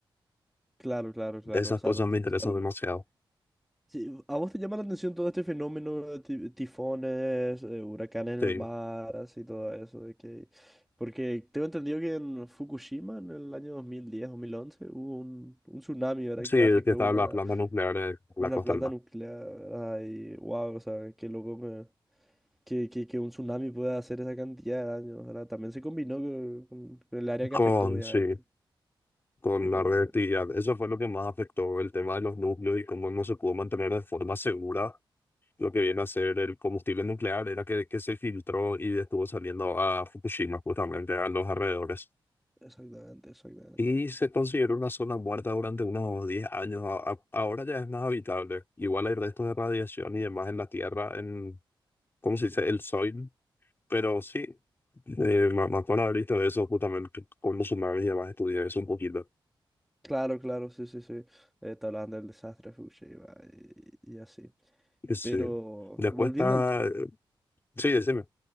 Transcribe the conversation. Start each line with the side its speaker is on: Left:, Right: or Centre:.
Centre: claro, claro, claro,
Left: De esas
Centre: o sea,
Left: cosas
Centre: to-
Left: me
Centre: to-
Left: interesan
Centre: totalmente.
Left: demasiado.
Centre: Sí, ¿a vos te llama la atención todo este fenómeno de ti- tifones, eh, huracanes
Left: Sí,
Centre: en el mar, así todo eso? De que... Porque tengo entendido que en Fukushima, en el año 2010, 2011, hubo un, un tsunami, ¿verdad?
Left: sí,
Centre: Que
Left: el
Centre: afectó
Left: que está
Centre: una,
Left: la planta nuclear eh, en
Centre: una
Left: la costa
Centre: planta
Left: del mar.
Centre: nuclear, ¿verdad? Y wow, o sea, qué loco me, que, que, que un tsunami pueda hacer esa cantidad de daño. ¿verdad? También se combinó co- con, con el área
Left: Con,
Centre: que afectó, obviamente.
Left: sí. con
Centre: Pero,
Left: la reactividad. Eso fue lo que más afectó el tema de los núcleos y cómo no se pudo mantener de forma segura lo que viene a ser el combustible nuclear, era que, que se filtró y estuvo saliendo a Fukushima, justamente a los alrededores.
Centre: exactamente, exactamente.
Left: Y se consideró una zona muerta durante unos 10 años. A- a- ahora ya es más habitable. Igual hay restos de radiación y demás en la Tierra, en, ¿cómo se dice? El soil. Pero sí, eh, me me acuerdo haber visto eso justamente con los humanos y demás, estudié eso un poquito.
Centre: Claro, claro, sí, sí, sí. Eh, te hablaban del desastre de Fukushima y, y así.
Left: Y sí.
Centre: Pero
Left: Después
Centre: volviendo
Left: está
Centre: al...
Left: Sí, decime.